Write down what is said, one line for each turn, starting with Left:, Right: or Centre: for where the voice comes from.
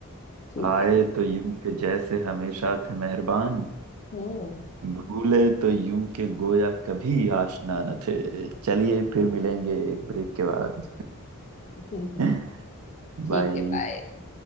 Left: ठीक
Right: आए
Left: है ठीक
Right: तो यूं के जैसे हमेशा थे मेहरबान
Left: हम्म
Right: भूले तो यूं के गोया कभी आशना न थे चलिए फिर मिलेंगे एक ब्रेक के बाद
Left: <laughs>
Right: <laughs>
Left: ठीक
Right: बाय
Left: है बाय